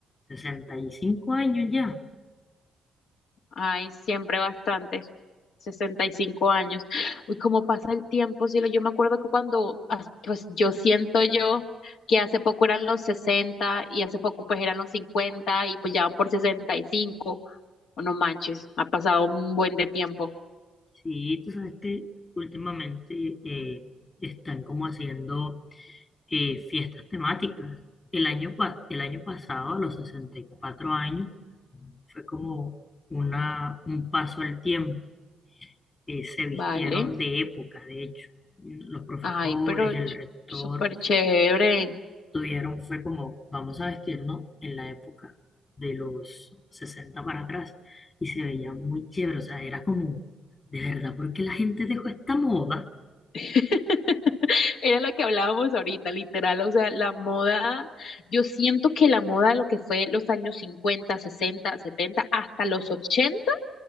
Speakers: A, on the left (about 40°); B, on the left (about 70°).
A: sesenta y cinco años ya.
B: Ay, siempre bastante. 65 años. Uy, cómo pasa el tiempo, cielo. Yo me acuerdo que cuando, ah, pues yo siento yo que hace poco eran los 60 y hace poco pues eran los 50 y pues ya van por 65. Oh, no manches, ha pasado un buen de tiempo.
A: Sí, tú sabes que últimamente eh, están como haciendo eh, fiestas temáticas. El año, pa- el año pasado, a los 64 años, Fue como una, un paso al tiempo. Eh, se vistieron
B: Vale.
A: de época, de hecho. Los profesores,
B: Ay, pero ch-
A: el rector,
B: súper chévere.
A: tuvieron, fue como, vamos a vestirnos en la época de los 60 para atrás. Y se veía muy chévere, o sea, era como, ¿de verdad por qué la gente dejó esta moda?
B: <laughs> Era lo que hablábamos ahorita, literal, o sea, la moda, yo siento que la moda de lo que fue los años 50, 60, 70, hasta los 80